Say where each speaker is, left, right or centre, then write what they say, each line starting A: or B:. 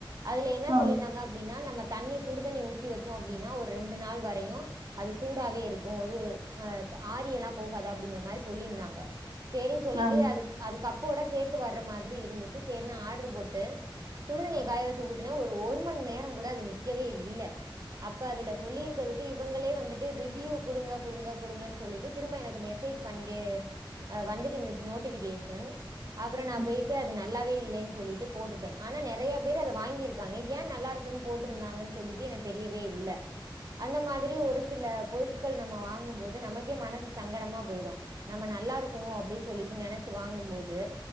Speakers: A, on the right; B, on the right.
A: அதுல என்ன
B: ஆம்,
A: சொல்லியிருந்தாங்க அப் அனா நம்ம தண்ணி சுடுதண்ணி ஊத்தி வச்சோ அப்டின்னா ஒரு ரெண்டு நாள் வரையு அது சூடாவே இருக்கு ஒரு அஹ ஆரியெல்லா போகாது அப்டிங்கிற மாரி சொல்லியிருந்தாங்க சேரின்னு சொல்லிட்டு
B: ஆம்,
A: அதுக் அதுக் கப்போட சேத்து வர்ற மாதிரி இருந்துச்சு சேர்னு ஆட்ரு போட்டு சுடுதண்ணிய காய வச்சு ஊத்துன ஒரு ஒருமண் நேர கூட அது நிக்கவே இல்ல அப்ப அதுல சொல்லி இருக்கதுக்கு இவங்களே வந்துட்டு ரிவ்யூ குடுங்க குடுங்க குடுங்கன் சொல்லிட்டு திரும்ப எனக்கு மெசேஜ் பண்ணிண்டே வந்துட்ருந்துச்சு நோட்டிஃபிகேஷன் அப்புறோ நா
B: ம்.
A: போயிட்டு அது நல்லாவே இல்லைன்னு சொல்லிட்டு போட்டுட்டே ஆனா நெறையா பேர் அத வாங்கிருக்காங்க ஏ நல்லாருக் ரிட்டன் போட்ருந்தாங்கன் சொல்லிட்டு எனக்கு தெரியவே இல்ல அந்த மாதிரி ஒரு சில பொருட்கள் நம்ம வாங்கு போது நமக்கே மனசு சங்கடமா போயிடு நம்ம நல்லா இருக்கு அப்டி சொல்லிட்டு நெனைச்சு வாங்கு போது